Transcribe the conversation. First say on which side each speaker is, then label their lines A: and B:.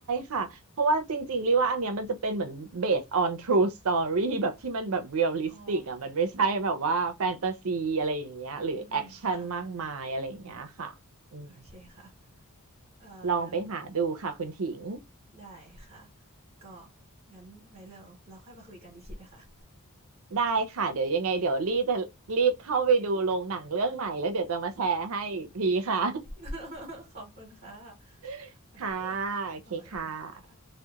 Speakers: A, on the right; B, on the right.
A: ค่ะเพราะว่าจริงๆเรียกว่าอันเนี้ยมันจะเป็นเหมือน based on true story แบบที่มันแบบ realistic
B: อ๋อ
A: อะมันไม่ใช่แบบว่าแฟนตาซีอะไรอย่างเงี้ยหรือแอคชั่นมากมายอะไรอย่างเงี้ยค่ะอืม
B: อืมอืมค่ะ โอเคค่ะ เอ่องั้น
A: ลองไปหาดูค่ะคุณถิง
B: ได้ค่ะ ก็งั้นไว้เร็วเราค่อยมาคุยกันอีกทีนะคะ
A: ได้ค่ะเดี๋ยวยังไงเดี๋ยวรีจะรีบเข้าไปดูโรงหนังเรื่องใหม่แล้วเดี๋ยวจะมาแชร์ให้อีกทีค่ะ
B: <laughs> ขอบคุณค่ะ
A: <laughs>
B: โอเค
A: ค่ะโอเคค่ะ
B: สวัสดีค่ะ